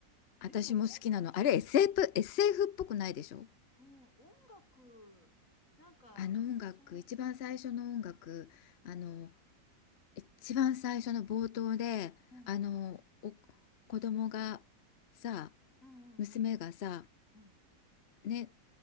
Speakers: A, on the left; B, on the left.
A: 私も好きなの。
B: でも音楽、
A: あれ SF、SF っぽくないでしょ
B: うん、音楽、なんか、
A: あの音楽、
B: そう、
A: 一番最初の音楽、あの一番最初の冒頭であのお
B: うんうん、
A: 子供がさ
B: うんうんうん
A: 娘がさ
B: うんうん。
A: ね